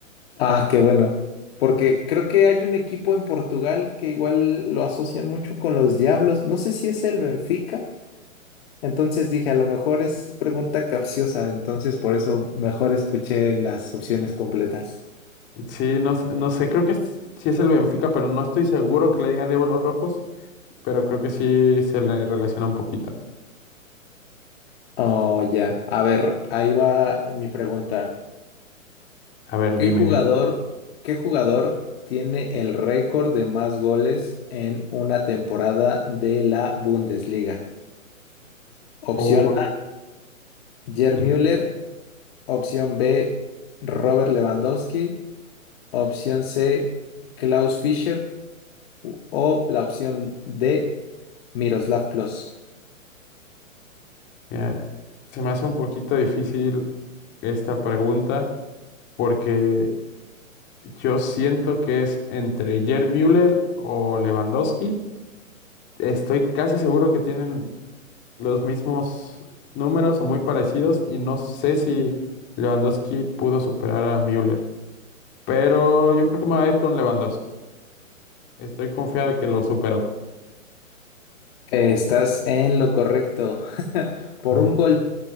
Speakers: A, on the left; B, on the left.
A: Ah, qué bueno, porque creo que hay un equipo en Portugal que igual lo asocian mucho con los Diablos. No sé si es el Benfica. Entonces dije, a lo mejor es pregunta capciosa, entonces por eso mejor escuché las opciones completas.
B: Sí, no, s- no sé, creo que es- sí es el Benfica, pero no estoy seguro que le digan Diablos Rojos, pero creo que sí se le relaciona un poquito.
A: Oh, ya. A ver, ahí va mi pregunta.
B: A ver,
A: ¿Qué
B: dime,
A: jugador,
B: dime.
A: qué jugador tiene el récord de más goles en una temporada de la Bundesliga? Opción
B: Uy,
A: A, Gerd
B: mm,
A: Müller. Opción B, Robert Lewandowski. Opción C, Klaus Fischer. O la opción D, Miroslav Klose.
B: mira, se me hace un poquito difícil esta pregunta porque yo siento que es entre Jair Müller o Lewandowski. Estoy casi seguro que tienen los mismos números o muy parecidos y no sé si Lewandowski pudo superar a Müller, pero yo creo que me voy a ir con Lewandowski. Estoy confiado de que lo superó
A: Estás en lo correcto. <laughs> Por
B: Ujú.
A: un gol.